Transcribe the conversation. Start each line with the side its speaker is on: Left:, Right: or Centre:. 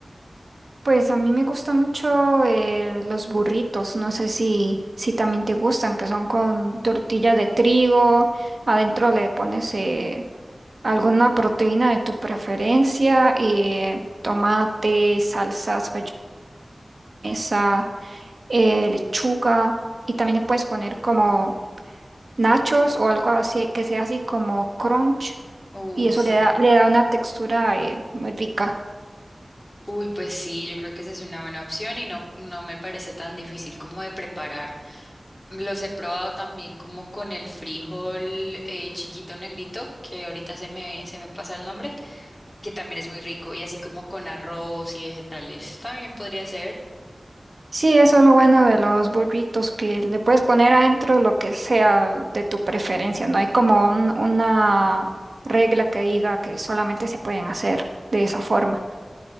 Right: Pues a mí me gustan mucho eh, los burritos, no sé si, si también te gustan, que son con tortilla de trigo, adentro le pones eh, alguna proteína de tu preferencia, eh, tomate, salsas, mayonesa. eh, lechuga y también le puedes poner como nachos o algo así que sea así como crunch
Left: Uf,
Right: y eso
Left: sí.
Right: le da, le da una textura eh, muy rica.
Left: Uy, pues sí, yo creo que esa es una buena opción y no, no me parece tan difícil como de preparar. Los he probado también como con el frijol eh, chiquito negrito, que ahorita se me, se me pasa el nombre, que también es muy rico, y así como con arroz y vegetales, también podría ser.
Right: Sí, eso es lo bueno de los burritos, que le puedes poner adentro lo que sea de tu preferencia, no hay como un- una regla que diga que solamente se pueden hacer de esa forma.